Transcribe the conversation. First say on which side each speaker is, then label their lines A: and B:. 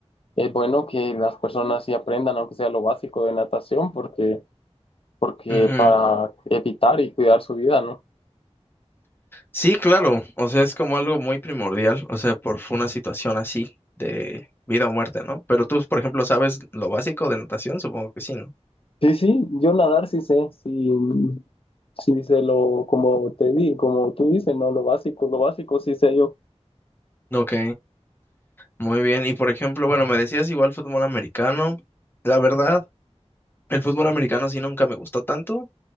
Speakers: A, on the left; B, on the left.
A: es bueno que las personas sí aprendan, aunque sea lo básico de natación, porque, porque
B: Ujú.
A: para evitar y cuidar su vida, ¿no?
B: Sí, claro, o sea, es como algo muy primordial, o sea, por una situación así de vida o muerte, ¿no? Pero tú, por ejemplo, sabes lo básico de natación, supongo que sí, ¿no?
A: Sí, sí, yo nadar sí sé, sí, mm, sí sé lo, como te di, como tú dices, ¿no? Lo básico, lo básico sí sé yo.
B: Ok, muy bien. Y por ejemplo, bueno, me decías igual fútbol americano. La verdad, el fútbol americano sí nunca me gustó tanto,